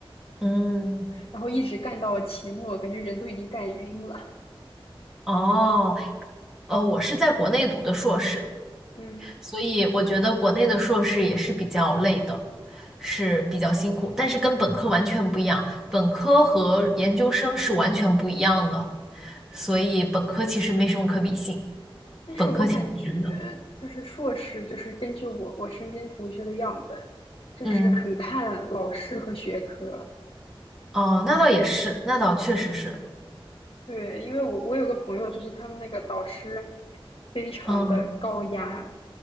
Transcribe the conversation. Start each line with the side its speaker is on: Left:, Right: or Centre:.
Centre: 嗯，
Left: 然后一直干到期末，感觉人都已经干晕了。
Centre: 哦哦，我是在国内读的硕士，
Left: 嗯，
Centre: 所以我觉得国内的硕士也是比较累的，是比较辛苦，但是跟本科完全不一样，本科和研究生是完全不一样的，所以本科其实没什么可比性，
Left: 但是我感觉就是硕士，
Centre: 本科挺闲的。
Left: 就是根据我我身边同学的样本，就是很看老师和学科。
Centre: 嗯，哦，那倒也是，那倒确实是。
Left: 对，因为我我有个朋友，就是他们那个导师非常的高压，
Centre: 嗯。